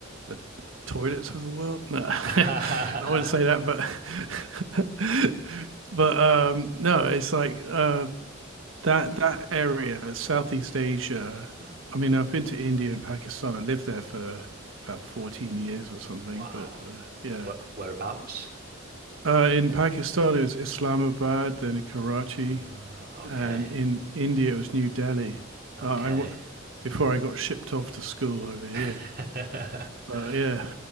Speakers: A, on the right (about 75°); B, on the right (about 50°).
A: the toilets of the world. No, <laughs> I
B: <laughs>
A: wouldn't say that, but <laughs> but um, no. It's like uh, that that area, Southeast Asia.
B: Hmm,
A: I mean, I've been to India and Pakistan. I lived there for about 14 years or something.
B: wow.
A: But uh, yeah,
B: Where, whereabouts?
A: uh, in Pakistan it was Islamabad, then Karachi,
B: Ah, okay.
A: and in India it was New Delhi.
B: Okay.
A: Uh, I w- before I got shipped off to school over here.
B: <laughs>
A: But yeah,